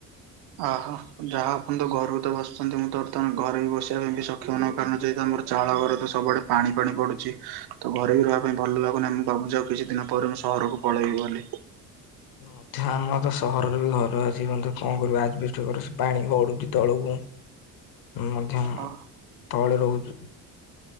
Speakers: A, on the right; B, on the left.
A: ଅହୋ ଯାହା ଆପଣ ତ ଘରୁ ତ ବସିଛନ୍ତି ମୁଁ ତ ବର୍ତ୍ତମାନ ଘରେ ବି ବସିବା ପାଇଁ ବି ସକ୍ଷମ ନୁହଁ କାରଣ ଯେହେତ ମୋର ଚାଳ ଘରେ ତ ସବୁଆଡେ ପାଣି ପାଣି ପଡୁଛି ତ ଘରେ ବି ରହିବା ପାଇଁ ଭଲ ଲାଗୁନାହିଁ ମୁଁ ଭାବୁଛି ଆଉ କିଛି ଦିନ ପରେ ମୁଁ ସହରକୁ ପଳେଇବି ବୋଲି।
B: ଅଧା ଆମର ତ ସହରରେ ବି ଘର ଆଜି ପର୍ଯ୍ୟନ୍ତ କଣ କରିବୁ ଆଜବେଷ୍ଟ ବଘର ପାଣି ଗଡୁଛି ତଳକୁ ଉଁମ ଯ
A: ହଁ
B: ତଳେ ରହୁଛୁ।